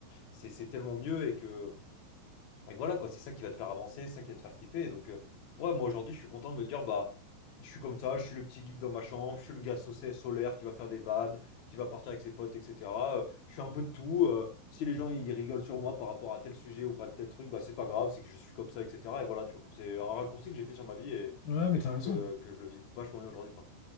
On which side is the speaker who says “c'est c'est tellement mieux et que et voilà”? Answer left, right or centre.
Left